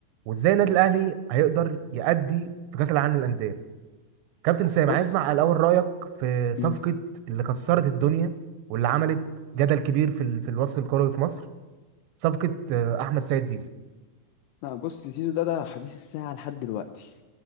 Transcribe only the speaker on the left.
بص
مم.
لا بص زيزو ده ده حديث الساعه لحد دلوقتي